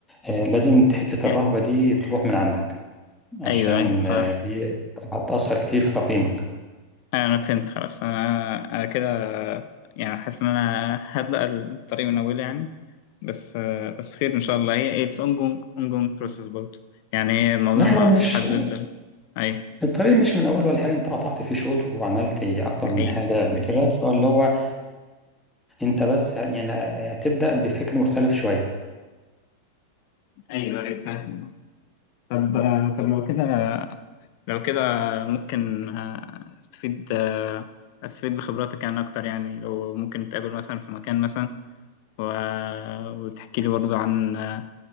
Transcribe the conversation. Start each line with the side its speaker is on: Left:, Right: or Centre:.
Centre: آه، لازم حتة
Left: <laughs>
Centre: الرهبة دي تروح من عندك عشان
Left: ايوه ايوه خلاص
Centre: آه، دي هتأثر كتير في تقييمك
Left: آه، انا فهمت خلاص انا انا كده يعني حاسس ان انا هبدأ الطريق من اول يعني بس بس خير ان شاء الله هي اتس ongoing ongoing process برضه يعني هي الموضوع
Centre: لا
Left: ما
Centre: هو مش
Left: فيش حد بيفضل ايوه
Centre: الطريق مش من اول ولا حاجه انت قطعت فيه شوط وعملت اكتر
Left: دي حقيقة
Centre: من حاجه قبل كده فاللي هو انت بس ه- يعني هتبدا بفكر مختلف شويه
Left: ايوه ايوه فاهم طب طب لو كده لو كده ممكن آه، استفيد آه، استفيد بخبراتك يعني اكتر يعني لو ممكن نتقابل مثلا في مكان مثلا و... وتحكي لي برضو عن آه،